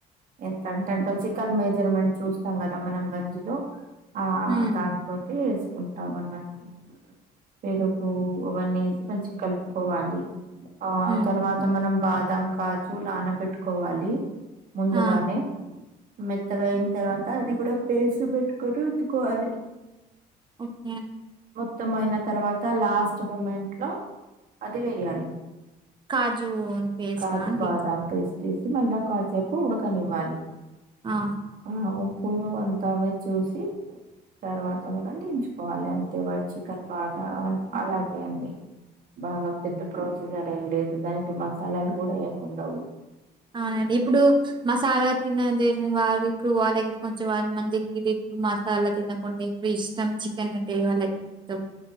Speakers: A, on the right; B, on the right.
A: ఎంత అంటే అంటో చికెన్ మెజర్మెంట్ చూస్తాం కదా మనం గంజిలో ఆ
B: హ్మ్.
A: దాంతోకి కొంటాం అన్నట్టు పెరుగు అవన్నీ వేసి మంచిగ కలుపుకోవాలి ఆ
B: హ్మ్.
A: తర్వాత మనం బాదాం కాజు నాన పెట్టుకోవాలి ముందుగానే
B: ఆ
A: మెత్తగా అయిన తర్వాత అది కూడా పేసి పెట్టుకొని ఉతుకోవాలి
B: ఓకే
A: మొత్తం అయిన తర్వాత లాస్ట్ మూమెంట్ లో అది వెయ్యాలి
B: కాజు పేస్టా
A: కాజు
B: అండి
A: బాదాం పేస్టిస్ మళ్ళ కాసేపు ఉడకనివ్వాలి
B: ఆ
A: ఆ ఉప్పు అంత అవె చూసి తర్వాత గూడా దించుకోవాలి అంతే వాట్ చికెన్ బాగ ఆ అన్
B: హ్మ్.
A: అలాగే అన్నీ బాగా పెద్దప్ ప్రొసీజర్ ఏం లేదు దానికి మసాలాలు కూడా ఏముండవు
B: అవునండి ఇప్పుడు మసాలా తినలేద్ వాళ్ళకిప్పుడు వాళ్ళకి కొంచెం వాన్ మందికి ఇప్పుడు మసాలా తినకుండా ఇప్పుడు ఇష్టం చికెన్ అంటే ఇగ వాళక్ ఇష్టం